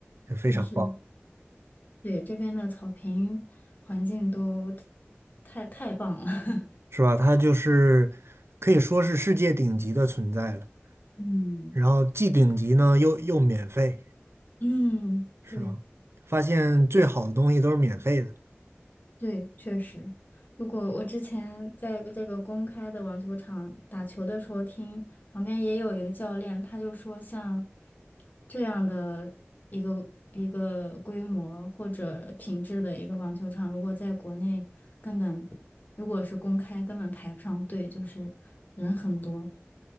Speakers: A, on the right; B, on the left.
A: 就非常棒，
B: 就是对这边的草坪环境都太太棒了。<laughs>
A: 是吧？它就是可以说是世界顶级的存在了。
B: 嗯，
A: 然后既顶级呢又又免费，
B: 嗯，
A: 是吗？
B: 对，
A: 发现最好的东西都是免费的，
B: 对，确实，如果我之前在这个公开的网球场打球的时候听，旁边也有一个教练，他就说，像这样的一个一个规模或者品质的一个网球场，如果在国内根本，如果是公开，根本排不上队，就是人很多。